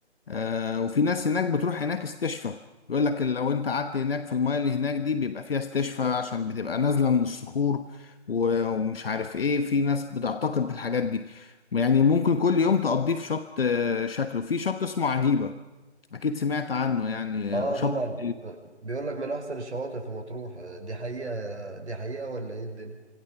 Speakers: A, on the left; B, on the right.
A: آه، وفي ناس هناك بتروح هناك استشفى يقول لك لو انت قعدت هناك في المايه اللي هناك دي بيبقى فيها استشفى عشان بتبقى نازلة من الصخور و- ومش عارف ايه في ناس بتعتقد بالحاجات دي يعني ممكن كل يوم تقضيه في شط آه، شكله في شط اسمه عجيبة اكيد سمعت عنه يعني
B: اه
A: آه، شط
B: طبعا بيقول لك من احسن الشواطئ في مطروح آه، دي حقيقه دي حقيقه ولا ايه الدنيا